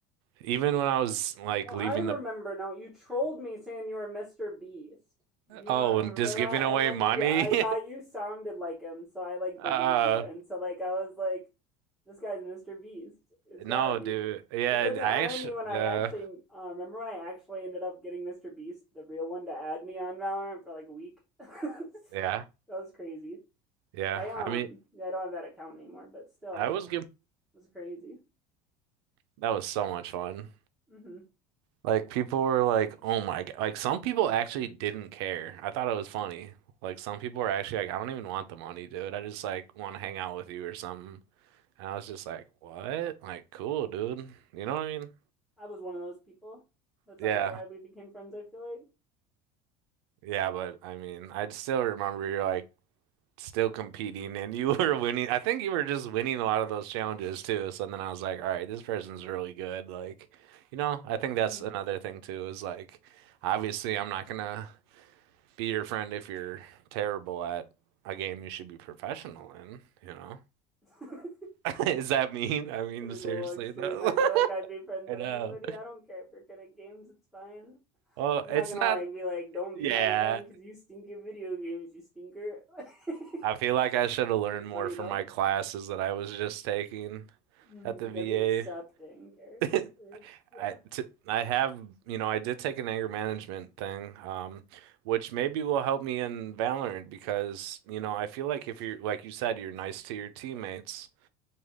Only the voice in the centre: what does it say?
Well,
I remember
now. You trolled me saying you were Mr. Beast. Do you
not remember
that?
And then
you, I thought
you sounded like him, so I like believed
you. And so like I was like, this guy's Mr. Beast. It's
gotta be.
But then the
irony
when I
actually uh, remember when I actually ended up getting Mr. Beast, the real one, to add me on Valorant for like a week. <laughs> that
was crazy.
I um,
yeah, I don't have that account anymore, but still,
it was crazy.
Mm-hmm.
I was one of those people. That's
like why we became friends, I feel like.
Mm-hmm.
<laughs>
that is
a little extreme.
I feel like I'd
be friends
with
anybody. I don't care if you're good at games, it's fine.
I'm
not gonna
like be like, don't
be my friend because you stink at video games, you stinker. <laughs>
That'd be
funny
though.
Mm-hmm.
You
gotta be accepting, okay?
Or- yeah.